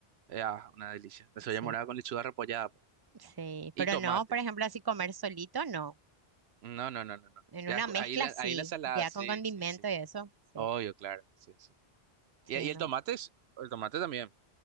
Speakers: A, on the right; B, on the right.
A: Eh, ah, una delicia. La cebolla
B: Sí,
A: morada con lechuga repollada. por ejemplo.
B: sí.
A: Y
B: Pero
A: tomate.
B: no, por ejemplo, así comer solito, no.
A: No, no, no, no, no.
B: En
A: Ya,
B: una
A: ju-
B: mezcla,
A: ahí la,
B: sí.
A: ahí la ensalada,
B: Ya
A: sí,
B: con condimento
A: sí, sí.
B: y eso, sí.
A: Obvio, claro, sí, sí.
B: Sí,
A: Y, y el
B: me
A: tomate
B: gusta.
A: es, el tomate también,